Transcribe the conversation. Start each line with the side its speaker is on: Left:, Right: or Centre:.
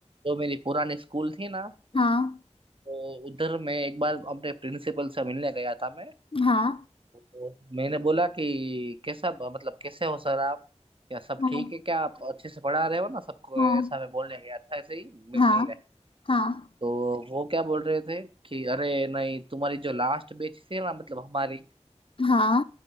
Right: जो मेरी पुरानी स्कूल थी ना
Left: हाँ
Right: तो उधर मैं एक बार अपने प्रिंसिपल से मिलने गया था मैं
Left: हाँ
Right: तो मैंने बोला कि कैसा मतलब कैसे हो सर आप क्या सब
Left: हाँ
Right: ठीक है क्या आप अच्छे से पढ़ा रहे हो ना सबको
Left: हाँ
Right: ऐसा मैं बोलने गया था ऐसे ही मिलने
Left: हाँ हाँ
Right: तो वो क्या बोल रहे थे कि अरे नहीं तुम्हारी जो लास्ट बैच थी ना मतलब हमारी
Left: हाँ